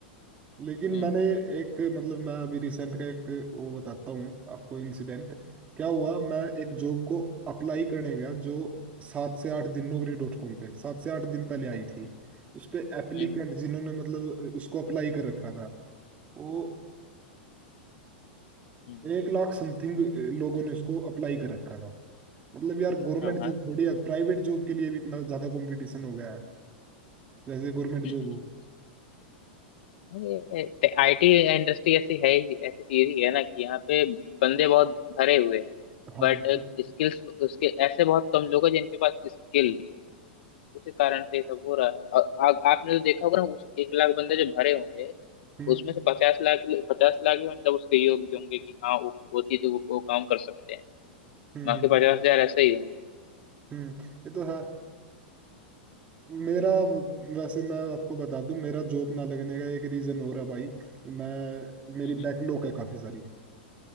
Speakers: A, on the right; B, on the left.
A: लेकिन
B: है
A: मैंने
B: हम्म
A: एक मतलब मैं अभी रिसेंट का एक वो बताता हूँ आपको इंसिडेंट क्या हुआ मैं एक
B: हम्म
A: जॉब को अप्लाई करने गया जो सात से आठ दिन नौकरी डॉट कॉम पे सात से आठ दिन पहले आई थी
B: हम्म
A: उस पे एप्लीकेंट
B: हम्म,
A: जिन्होंने मतलब उसको अप्लाई कर रखा था वो
B: हम्म,
A: एक लाख समथिंग लोगों ने उसको अप्लाई कर रखा था मतलब यार गवर्नमेंट
B: हाँ हाँ
A: जॉब थोड़ी प्राइवेट जॉब के लिए भी इतना ज्यादा कंपटीशन हो गया है जैसे गवर्नमेंट जॉब
B: हम्म।
A: हो
B: ये आईटी इंडस्ट्री ऐसी है ही ऐसी चीज ही है ना कि यहाँ पे बंदे बहुत भरे हुए हैं
A: हाँ
B: बट स्किल्स उसके ऐसे बहुत कम लोग हैं जिनके पास स्किल्स है उसी कारण से ये सब हो रहा है आ, आ, आपने तो देखा होगा ना उस एक लाख बंदे जो भरे होंगे
A: हम्म
B: उसमें से पचास लाख पचास लाख ही मतलब उसके योग्य होंगे कि हाँ वो वो चीज वो, वो काम कर सकते हैं
A: हम्म
B: बाकी
A: हम्म
B: पचास हजार ऐसे ही होंगे
A: हम्म, ये तो है मेरा वैसे मैं आपको बता दूं मेरा जॉब ना लगने का एक रीजन हो रहा है भाई मैं मेरी
B: हम्म
A: बैकलॉग है काफी सारी